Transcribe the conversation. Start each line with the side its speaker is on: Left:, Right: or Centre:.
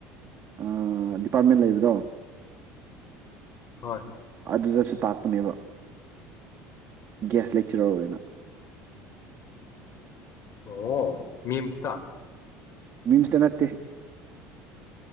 Right: ꯑꯥ ꯗꯤꯄꯥꯔꯠꯃꯦꯟ ꯂꯩꯕꯗꯣ
Left: ꯍꯣꯏ
Right: ꯑꯗꯨꯗꯁꯨ ꯇꯥꯛꯄꯅꯦꯕ ꯒ꯭ꯌꯥꯁ ꯂꯦꯛꯆꯔꯔ ꯑꯣꯏꯅ
Left: ꯑꯣ ꯃꯤꯝꯁꯇ
Right: ꯃꯤꯝꯁꯗ ꯅꯠꯇꯦ